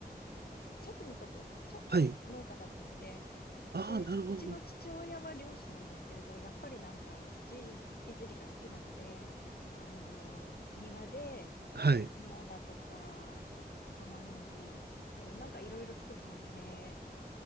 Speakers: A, on the left; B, on the right.
A: 祖父のとこ、祖父が農家だったので、
B: はい。ああ、
A: で、
B: なるほど。
A: うちの父親は漁師なんですけれど、やっぱりなんか土いじりが好きなので、あのー庭で
B: はい。
A: 芋だとか、玉ねぎ、うんなんかいろいろ作ってますね。